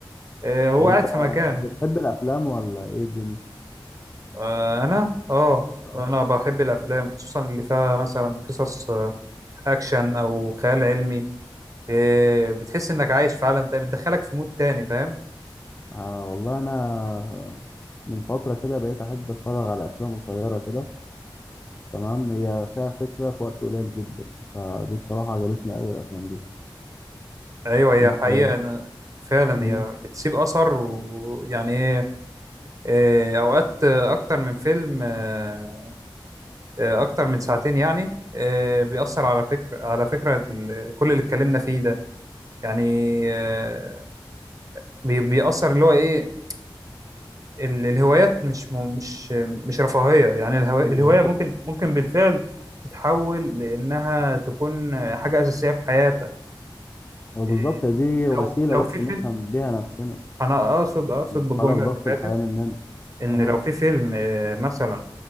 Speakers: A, on the right; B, on the left.
A: آه، هو
B: طب أنت
A: قاعد في مكانه
B: بتحب الأفلام ولا إيه الدنيا؟
A: آه، أنا اه
B: آه.
A: أنا بحب الأفلام خصوصا اللي فيها مثلا قصص آه، أكشن أو خيال علمي آه، بتحس إنك عايش في عالم تاني بتدخلك في مود تاني فاهم
B: آه والله أنا من فترة كده بقيت أحب أتفرج على أفلام قصيرة كده تمام هي فيها فكرة في وقت قليل جدا فدي بصراحة عجبتني أوي الأفلام دي
A: أيوه هي
B: أنت
A: حقيقة
B: إيه؟
A: أنا فعلا
B: مم.
A: هي بتسيب أثر ويعني إيه آه، أوقات آه، أكتر من فيلم آه، آه، اكتر من ساعتين يعني آه، بيأثر على فكرة على فكرة ال- كل اللي اتكلمنا فيه ده يعني آه، بي- بيأثر اللي هو ايه ال- الهوايات مش م- مش مش رفاهية يعني الهوا- الهواية
B: بالظبط
A: ممكن ممكن بالفعل تتحول لأنها تكون حاجة أساسية في حياتك
B: هو بالظبط
A: إيه،
B: هي دي وسيلة
A: لو لو
B: بس
A: في فيلم
B: نفهم بيها نفسنا
A: أنا أقصد أقصد بالجملة
B: خرج ضغط
A: اللي فاتت
B: الحياة مننا
A: إن
B: اه
A: لو في فيلم آه، مثلا